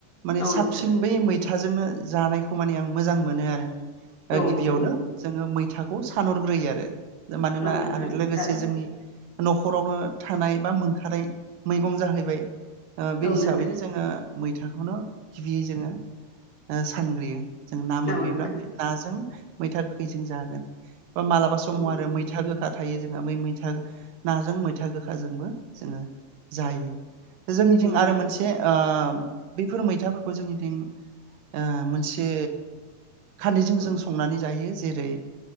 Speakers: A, on the right; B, on the left.
A: माने
B: ओ औ
A: साबसिन
B: नोंथां
A: बै मैथाजोंनो जानायखौ माने आं मोजां मोनो ओ
B: औ
A: गिबियावनो
B: नोंथां
A: जोङो मैथाखौ सानहरग्रोयो आरो मानोना
B: औ नोंथां
A: आरो लोगोसे
B: थारैनो
A: जोंनि न'खरावनो थानाय बा मोनखानाय मैगं जाहैबाय ओ बे
B: औ
A: हिसाबैनो
B: नोंथां
A: जोङो मैथाखौनो गिबियै जोङो ओ सानग्रोयो। जों ना मोनबोब्ला
B: औ नोंथां
A: नाजों मैथा गोखैजों जागोन बा मालाबा समाव
B: औ
A: आरो मैथा गो खा थायो जोंहा बै मैथा नाजों मैथा गोखाजोंबो जोङो जायो। जोंनिथिं
B: नोंथां
A: आरो मोनसे ओ बेफोर मैथाफोरखौ जोंनिथिं ओ मोनसे खारदैजों जों संनानै जायो जेरै